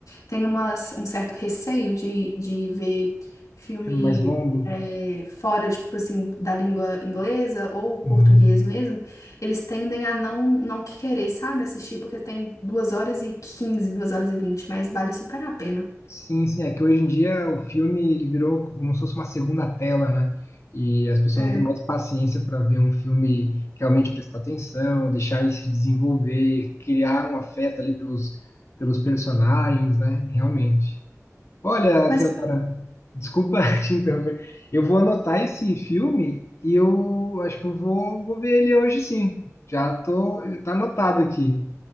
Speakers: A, on the left; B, on the left.
A: têm umas, um certo receio de, de ver filme
B: Filme mais longo.
A: é, fora, tipo assim, da língua inglesa ou português
B: Uhum.
A: mesmo, eles tendem a não, não querer, sabe, assistir, porque tem duas horas e 15 duas horas e 20 mas vale super a pena.
B: Sim, sim. É que hoje em dia o filme ele virou como se fosse uma segunda tela, né? E as pessoas
A: É.
B: não têm mais paciência para ver um filme realmente prestar atenção, deixar ele se desenvolver, criar um afeto ali pelos, pelos personagens, né? Realmente. Olha,
A: Mas
B: Teodora, desculpa <laughs> te interromper. Eu vou anotar esse filme e eu acho que eu vou, vou ver ele hoje sim. Já tô, tá anotado aqui.